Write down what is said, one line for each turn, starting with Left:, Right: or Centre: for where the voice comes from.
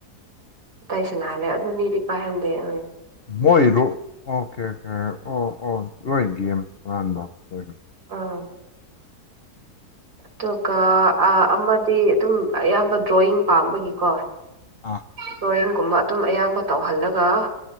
Right: ꯑꯇꯩ ꯁꯅꯥꯍꯜꯂꯦ ꯑꯗꯨ ꯃꯤꯗꯤ ꯄꯥꯏꯍꯟꯗꯦꯝ
Left: ꯃꯣꯏꯔꯣ ꯑꯣꯀꯦ ꯑꯣꯀꯦ ꯑꯣ ꯑꯣ <unintelligible>
Right: ꯑ ꯑꯇꯨꯒ ꯑꯥ ꯑꯃꯗꯤ ꯑꯗꯨꯝ ꯑꯌꯥꯝꯕ ꯗ꯭ꯔꯣꯌꯤꯡ ꯄꯥꯝꯕꯒꯤꯀꯣ
Left: ꯑꯥ
Right: ꯗ꯭ꯔꯣꯌꯤꯡꯒꯨꯝꯕ ꯑꯗꯨꯝ ꯑꯌꯥꯝꯕ ꯇꯧꯍꯜꯂꯒ